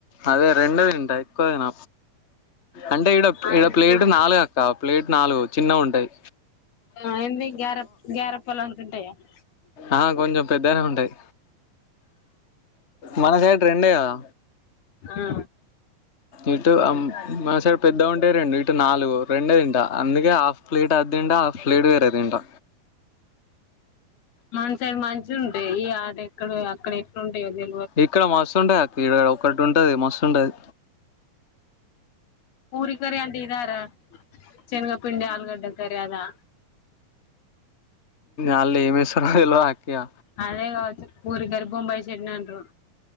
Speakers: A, on the left; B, on the left.
A: అదే రెండే తింట ఎక్కువ తిన అంటే ఇడ
B: ఆయిల్
A: ఇడ ప్లేట్
B: ఫుడ్
A: నాలుగు అక్క ప్లేట్ నాలుగు చిన్నగుంటాయి
B: హా ఏంటీ గార గారప్పలు అంతుంటాయా <inaudible>
A: ఆ కొంచెం పెద్దనే ఉంటాయి మన సైడ్ రెండే కదా
B: ఆ
A: ఇటు ఆహ్ మన సైడ్ పెద్దగుంటై రెండు ఇటు నాలుగు రెండే తింటా అందుకే హాఫ్ ప్లేట్ అది తింటా హాఫ్ ఫ్లేట్ వేరే తింటా
B: మన సైడ్ మంచి ఉంటాయి ఈ అటెక్కడో అక్కడే ఉంటాయో చేప్
A: ఇక్కడ మస్తుంటయి అక్క ఇడా ఒక్కటి ఉంటది మస్త్ ఉంటది
B: పూరీ కర్రీ అంటే ఇదా రా చెనగపిండి ఆలుగడ్డ కర్రీ అదా
A: ఆళ్ల ఏం ఇస్తారో తెల్వదు అక్క ఇగ
B: అదే కావచ్చు పూరీ కర్రీ బొంబాయి చట్నీ అంటారు